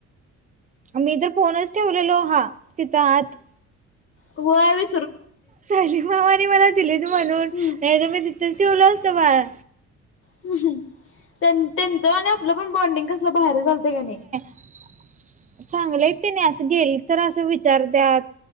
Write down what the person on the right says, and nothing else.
मी तर फोनच ठेवलेलो हा तिथं आत.
सलीम मामानी मला दिलीत म्हणून
नाही तर मी तिथंच ठेवलो असतो बाळा.
चांगलं आहेत कणी असं गेल तर असं विचारत्यात.